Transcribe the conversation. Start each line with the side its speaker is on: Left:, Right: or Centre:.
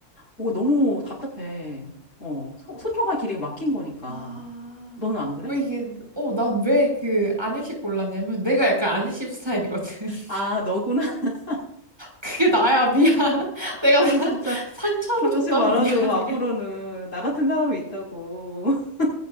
Left: 오, 너무 답답해. 어, 소, 소통할 길이가 막힌 거니까.
Right: 아.
Left: 너는 안 그래?
Right: 왜 이게, 어, 난 왜 그 안일십 골랐냐면 내가 약간 안일십 스타일이거든. <laughs>
Left: 아, 너구나. <laughs>
Right: 그게 나야, 미안. <laughs> 내가
Left: 아이,
Right: 나-
Left: 진짜.
Right: 상처로
Left: 그러지
Right: 줬다면
Left: 말아줘.
Right: 미안해.
Left: 앞으로는 나 같은 사람이 있다고. <laughs>